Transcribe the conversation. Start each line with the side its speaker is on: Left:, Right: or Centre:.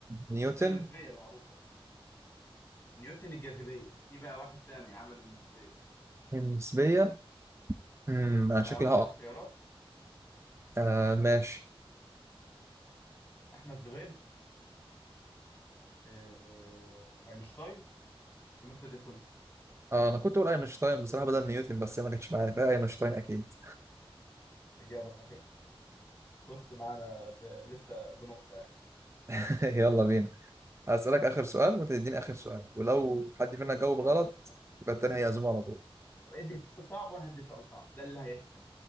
Right: نيوتن
Left: النظريه النسبيه المعروفه نيوتن الجاذبيه في بقى واحد تاني عمل النسبيه
Right: النسبيه امم انا
Left: اقول
Right: شكلها اه
Left: لك خيارات
Right: آه، ماشي
Left: احمد زويل آه... اينشتاين توماس اديسون
Right: اه انا كنت بقول اينشتاين بصراحه بدل نيوتن بس هي ما جتش معايا فيها اينشتاين اكيد
Left: اجابه صحيحه فزت معانا ب... لسه بنقطه يعني
Right: <laughs> يلا بينا هسألك اخر سؤال وانت تديني اخر سؤال ولو حد فينا جاوب
Left: خلاص
Right: غلط
Left: ماشي
Right: يبقى التاني هيعزمه على طول
Left: ادي سؤال صعب وانا هدي سؤال صعب ده اللي هيحسن